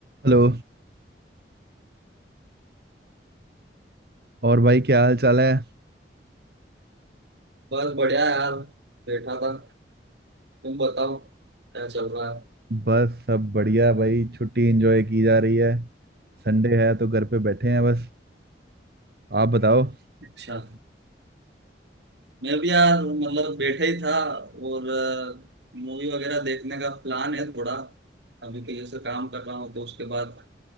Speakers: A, on the right (about 55°); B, on the right (about 75°).
A: हेलो और भाई क्या हाल चाल है
B: बस बढ़िया यार बैठा था तुम बताओ क्या चल रहा है
A: बस सब बढ़िया भाई छुट्टी एंजॉय की जा रही है संडे है तो घर पे बैठे हैं बस आप बताओ
B: अच्छा मैं भी यार मतलब बैठा ही था और मूवी वगैरह देखने का प्लान है थोड़ा अभी के लिए से काम कर रहा हूँ तो उसके बाद